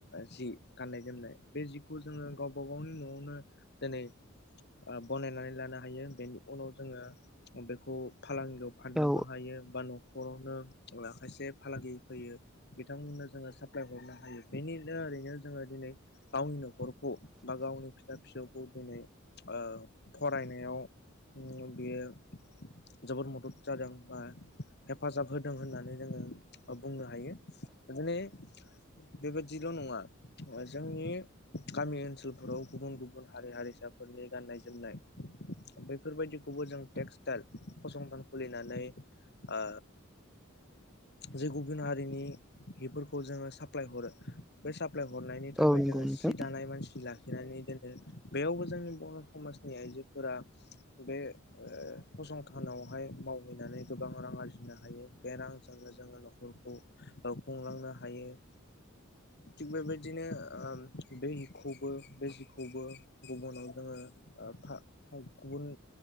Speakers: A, on the left; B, in the centre.
A: जि गाननाय जोमनाय बे जिखौ जोङो गावबा गावनि न'आवनो दिनै बनायनानै लानो हायो बेनि उनाव जोङो बेखौ फालांगियाव फाननोबो
B: औ
A: हायो बा न' न'खरावनो खायसे फालांगि फैयो बिथांमोननो जोङो साप्लाय हरनो हायो बेनिनो ओरैनो जोङो दिनै गावनि न'खरखौ बा गावनि फिसा फिसौ । खौ दिनै ओ फरायनायाव बियो जोबोद मदद जादों बा हेफाजाब होदों होननानै जोङो बुंनो हायो । दिनै बेबादिल' नङा जोंनि गामि ओनसोलफोराव गुबुन गुबुन हारि हारिसाफोरनि गान्नाय जोमनाय बेैफोरबायदिखौबो जों टेक्सटाइल फसंथान खुलिनानै ओ जि गुबुन हारिनि हिफोरखौ जोङो साप्लाय हरो बे प्लाय हरनायनि थाखाय
B: औ नंगौ
A: जोङो
B: नोंथां
A: सि दालाय मानसि लाखिनानै दोनो बेयावबो जोंनि बर' समाजनि आइजोफोरा बे ओ फसंथानावहाय मावहैनानै गोबां रां आरजिनो हायो बे रांजोंनो जोङो न'खरखौ औ खुंलांनो हायो थिग बेबायदिनो ओ बै हिखौबो बै जिखौबो गुबुनाव जोङो ओ फा फा गुबुन